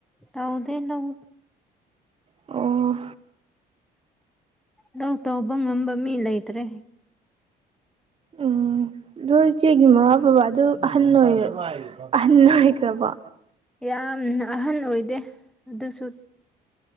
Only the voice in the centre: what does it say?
ꯇꯥꯎꯗꯦ ꯅꯪ
ꯂꯧ ꯇꯧꯕ ꯉꯝꯕ ꯃꯤ ꯂꯩꯇ꯭ꯔꯦ
ꯌꯥꯝꯅ ꯑꯍꯟ ꯑꯣꯏꯗꯦ ꯑꯗꯨꯁꯨ